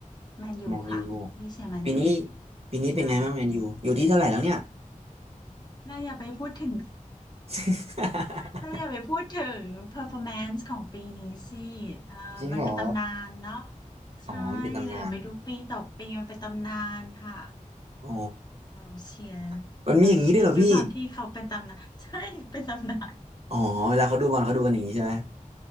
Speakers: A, on the left; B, on the right.
A: แมนยูค่ะพี่เชียร์แมนยู
B: แมนยูปีนี้ปีนี้เป็นไงบ้างแมนยูอยู่ที่เท่าไหร่แล้วเนี่ย
A: ใช่แล้วอย่าไปพูดถึง
B: <laughs>
A: เธออย่าไปพูดถึง performance ของปีนี้สิเอ่อมันเป็นตำนานเนาะ
B: จริงเหรอ
A: ใช่เราอย่าไปดูปีต่อปีมันเป็นตำนานค่ะ
B: อ๋อมันเป็นตำนานโอ้
A: เราเชียร์
B: <laughs> มันมีอย่างนี้ด้วยเหรอพี่
A: เราเชียร์ด้วยความที่เขาเป็นตำนาน <laughs> ใช่เป็นตำนาน
B: อ๋อเวลาเขาดูบอลเขาดูกันอย่างนี้ใช่ไหม